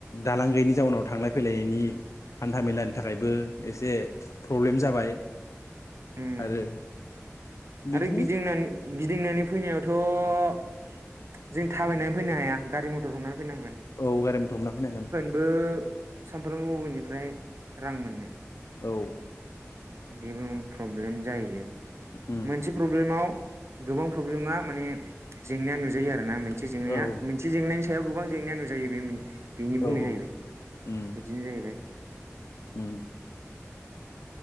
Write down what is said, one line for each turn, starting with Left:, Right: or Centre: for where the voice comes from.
Left: दालां गैयैनि जाउनाव थांलाय फैलायनि। हान्था मेलानि थाखायबो एसे प्रब्लेम जाबाय।
Right: उम
Left: आरो बिदिनो
Right: आरो गिदिंनानै गिदिंनानै फैनायावथ' जों थाबायनानै फैनो हाया गारि- मथर हमनानै फैनांगोन।
Left: औ गारि मथर हमना फैनांगोन
Right: बो सानफ्रामबो बबेनिफ्राय रां मोननो
Left: औ
Right: बेबो प्रब्लेम जाहैयो
Left: उम
Right: मोनसे प्रब्लेमाव गोबां प्रब्लेमा माने जेंनाया नुजायो आरोना मोनसे जेंनाया
Left: औ औ
Right: जि जेंनानि सायाव गोबां जेंनाया नुजायो बे बेनि बुंनाय
Left: औ
Right: जाहैबाय
Left: उम
Right: बिदिनो जाहैबाय
Left: उम